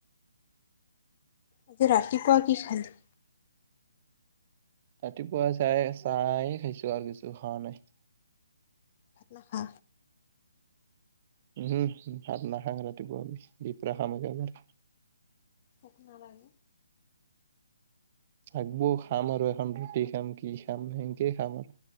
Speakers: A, on the left (about 35°); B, on the right (about 35°).
A: আজি ৰাতিপুৱা কি খালি?
B: ৰাতিপুৱা চাহে - চাহেই খাইছো আৰু কিছু খাৱা নাই।
A: ভাত নাখা?
B: উহু, ভাত নাখাং ৰাতিপুৱা আমি দিপৰা খাম একেবাৰ।
A: ভুক নালাগে?
B: হাগবৌ খাম আৰু এখন ৰুটি খাম কি খাম সেনেকেই খাম আৰু।